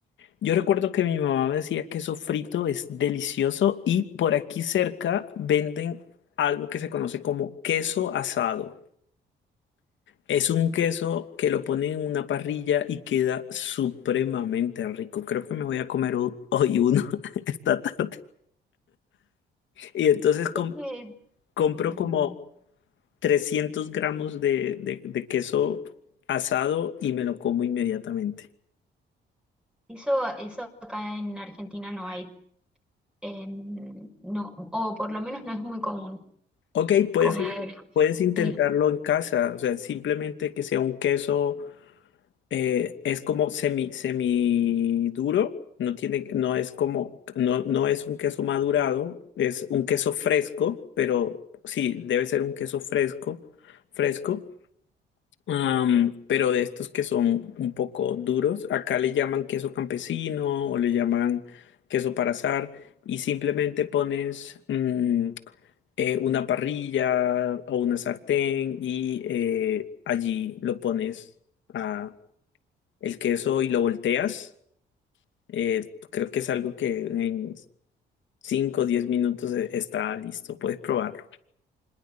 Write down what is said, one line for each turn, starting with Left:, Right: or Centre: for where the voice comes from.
Left: Yo recuerdo que mi mamá me decía queso frito es delicioso y por aquí cerca venden algo que se conoce como queso asado. Es un queso que lo ponen en una parrilla y queda supremamente rico. Creo que me voy a comer un- hoy uno <laughs> esta tarde. Y entonces com-
Centre: Es que
Left: compro
Centre: mm,
Left: como 300 gramos de de- de queso asado y me lo como inmediatamente.
Centre: eso, eso acá en Argentina no hay. En- no, o por lo menos no es muy común
Left: Ok, puedes,
Centre: comer
Left: in- puedes intentarlo
Centre: el
Left: en casa, o sea, simplemente que sea un queso, eh, es como semi, semi duro, no tiene, no es como, no, no es un queso madurado, es un queso fresco, pero sí, debe ser un queso fresco, fresco. Am, pero de estos que son un poco duros, acá le llaman queso campesino o le llaman queso para asar y simplemente pones mm, eh, una parrilla o una sartén y eh, allí lo pones a el queso y lo volteas. Eh, creo que es algo que en cinco o 10 minutos eh, está listo, puedes probarlo.